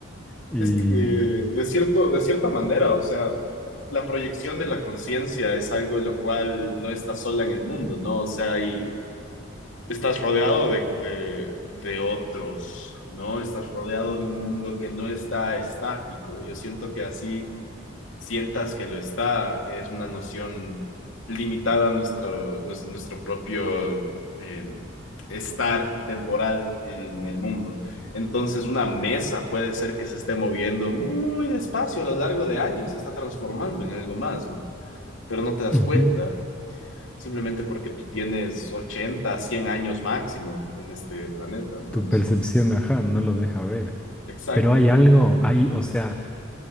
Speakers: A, in the centre; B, on the left (about 70°).
A: y
B: Es que, eh, de cierto, de cierta manera, o sea, la proyección de la conciencia es algo lo cual no está sola en el mundo, ¿no? O sea, hay estás rodeado de, de- de otros, ¿no? Estás rodeado de un mundo que no está estático. Yo siento que así sientas que lo está, es una noción limitada a nuestro, nues- nuestro propio eh, estar temporal en el mundo. Entonces, una mesa puede ser que se esté moviendo muy despacio a lo largo de años, se está transformando en algo más, ¿no? Pero no te das
A: ujú,
B: cuenta simplemente porque tú tienes ochenta cien años máximo en este planeta, ¿no?
A: tu percepción,
B: Es-
A: ajá, no lo deja ver.
B: Exacto.
A: Pero hay algo, hay, o sea,